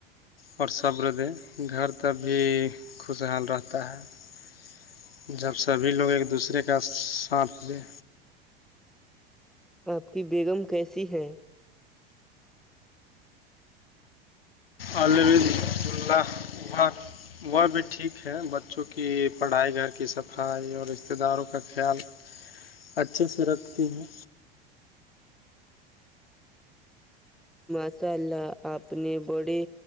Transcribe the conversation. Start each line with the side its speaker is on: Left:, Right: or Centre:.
Left: اور صبر دے گھر تک بھی خوشحال رہتا ہے جب سبھی لوگ ایک دوسرے کا ساتھ لے
Centre: آپ کی بیگم کیسی ہے
Left: عال عد اللہ عبار وہ بھی ٹھیک ہے بچوں کی پڑھائی گھر کی صفائی اور رشتتے داروں کا خیال اچھے سے رکھتی ہیں
Centre: ماشاء اللہ آپنے بڑے